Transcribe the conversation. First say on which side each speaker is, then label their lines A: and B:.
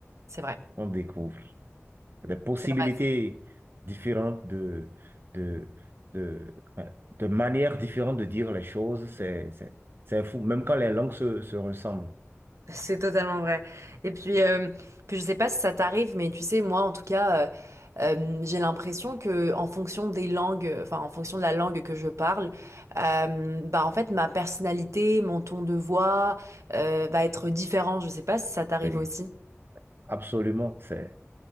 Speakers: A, on the right; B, on the right.
A: C'est vrai,
B: qu'on découvre. Des possibilités
A: c'est vrai.
B: différentes de, de, de, ouais, de manières différentes de dire les choses, c'est, c'est, c'est fou, même quand les langues se, se ressemblent.
A: C'est totalement vrai. Et puis, euh, puis je sais pas si ça t'arrive, mais tu sais, moi, en tout cas, euh, euh, j'ai l'impression que en fonction des langues, enfin, en fonction de la langue que je parle, euh, bah, en fait, ma personnalité, mon ton de voix, euh, va être différent. Je sais pas si ça t'arrive
B: Oui,
A: aussi.
B: absolument, c'est,